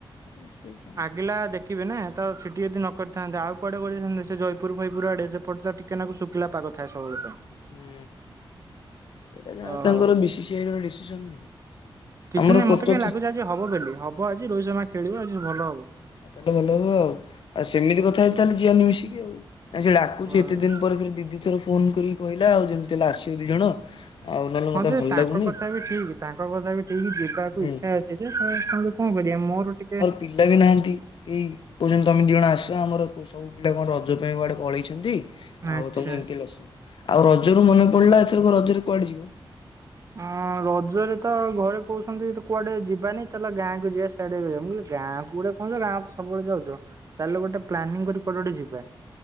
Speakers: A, on the left; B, on the right.
A: ଏତେ କଣ
B: ଆଗିଲା ଦେ ରଖିବେ ନା ତ ସେଠି ଯଦି ନ କରିଥାନ୍ତେ ଆଉ କୁଆଡେ କରିଥାନ୍ତେ ସେ ଜୟପୁର ଫୟପୁର ଆଡେ ସେପଟେ କେନାକୁ ଶୁଖିଲା ପାଗ ଥାଏ ସବୁ। <unintelligible>
A: ହୁଁ ସେଇଟା ଯାହା
B: ଓହୋ।
A: ତାଙ୍କର ବିସି ସି ଆଇର ଡିସିସନ।
B: କିଛି
A: ଆମର
B: ନାଇଁ ମତେ
A: କତ
B: କାଇଁ ଲାଗୁଛି ଆଜି ହବ ବୋଲି ହବ ଆଜି ରୋହିତ ଶର୍ମା ଖେଳିବ ଆଜି ଭଲ ହବ।
A: ତାହେଲେ ଭଲ ହବ ଆଉ ଆଉ ସେମିତି କଥା ହେଇତା ତାହେଲେ ଯିଅନି ମିଶିକି ଆଉ ନାଇଁ ସେ ଡାକୁଛି
B: ଓହୋ
A: ଏତେ ଦିନ ପରେ ଫୁଣି ଦିଦି ଥର ଫୋନ କରିକି କହିଲା ଆଉ ଯେମିତି ହେଲେ ଆସିବି ଦି ଜଣ। ଆଉ ନହେଲେ
B: ହଁ
A: ମତେ
B: ଯେ
A: ଭଲ
B: ତାଙ୍କ
A: ଲାଗୁନି
B: କଥା ବି ଠିକ୍ ତାଙ୍କ କଥା ବି ଠିକ୍ ଯିବାକୁ
A: ହୁଁ
B: ଇଚ୍ଛା ଅଛି ଯେ <unintelligible> କଣ କରିବା ମୋର ଟିକେ
A: ପିଲାବି ନାହିଁ। ଏଇ କହୁଛନ୍ତି ତମେ ଦି ଜଣ ଆସ ଆମର ସବୁ ପିଲା କଣ ରଜ ପାଇଁ କୁଆଡେ ପଳେଇଛନ୍ତି। ଆଉ
B: ଆଚ୍ଛା।
A: ତମେ ଏମିତି ହେଲେ ଆସ ଆଉ ରଜରୁ ମନେ ପଡିଲା ଏଥର ରଜରେ କୁଆଡେ ଯିବ?
B: ହଁ ରଜରେ ତ ଘରେ କହୁସନ୍ତି କୁଆଡେ ଯିବାନି ଚାଲ ଗାଁ କ ଯିବାସ୍ ମୁଁ କହିଲି ଗାଁ କୁ ଗୁଟେ କଣ ଗାଁ କୁ ସବୁବେଳେ ଯାଉଛ। ଚାଲୁ ଗୋଟେ ପ୍ଲାନିଂ କରି କୁଆଡେ ଗୋଟେ ଯିବା।